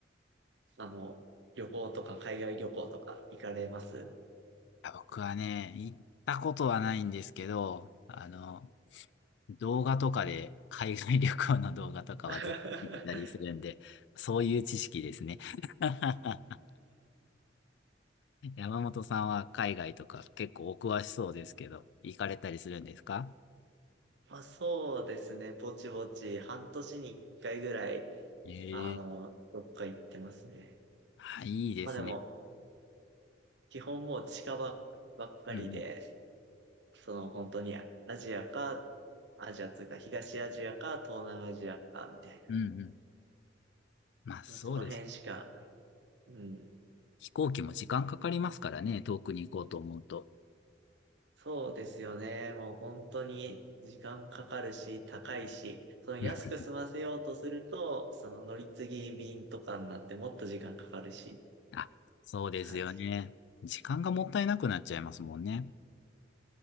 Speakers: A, on the right; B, on the left.
A: あの、旅行とか海外旅行とか行かれます
B: や僕はね、行ったことはないんですけど、あの、動画とかで、海外旅行の動画とかはずっと見てたりするんで、
A: <laughs>
B: そういう知識ですね。<laughs> <laughs> 山本さんは海外とか結構お詳しそうですけど、行かれたりするんですか
A: まあ、そうですね。ぼちぼち、半年に一回ぐらい、
B: ええ。
A: あの、どっか行ってますね。
B: あ、いいですね。
A: まあでも、基本もう近場ばっかりで、
B: うんうん。
A: その本当にアジアか、アジアというか東アジアか東南アジアか、みたい
B: うんうん。まあそうです。
A: な。その辺しか、うん、
B: 飛行機も時間かかりますからね、遠くに行こうと思うと。
A: そうですよね。もう本当に時間かかるし、高いし、その安く済ませようとすると、
B: うんうん
A: その乗り継ぎ便とかになってもっと時間かかるし、
B: あ、そうですよね。
A: 感じで。
B: 時間がもったいなくなっちゃいますもんね。